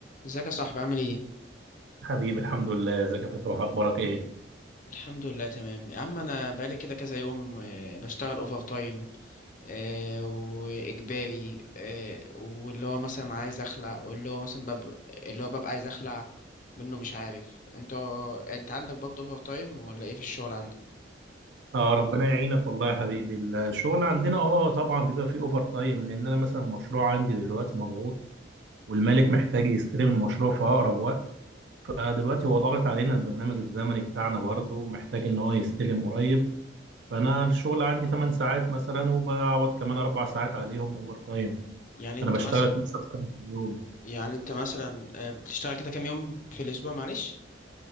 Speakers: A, on the left; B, on the right.
A: ازيك يا صاحبي عامل ايه؟
B: حبيبي الحمد لله ازيك يا فتوح اخبارك ايه
A: الحمد لله تمام يا عم انا بقالي كده كذا يوم آه، بشتغل اوفر تايم آه، واجباري آه، واللي هو مثلا عايز اخلع واللي هو مثلا بب... اللي هو ببقى عايز اخلع منه مش عارف انت انت عندك برضه اوفر تايم ولا ايه في الشغل عندك؟
B: اه ربنا يعينك والله يا حبيبي الشغل عندنا اه طبعا بيبقى فيه اوفر تايم لان انا مثلا المشروع عندي دلوقتي مضغوط والمالك محتاج يستلم المشروع في اقرب وقت فدلوقتي هو ضاغط علينا البرنامج الزمني بتاعنا برضه محتاج ان هو يستلم قريب فانا الشغل عندي 8 ساعات مثلا وبقعد كمان اربع ساعات عليهم اوفر تايم
A: يعني
B: فانا
A: انت
B: بشتغل
A: مثلا
B: 12 ساعه في اليوم
A: يعني انت مثلا آه، بتشتغل كده كام يوم في الاسبوع معلش؟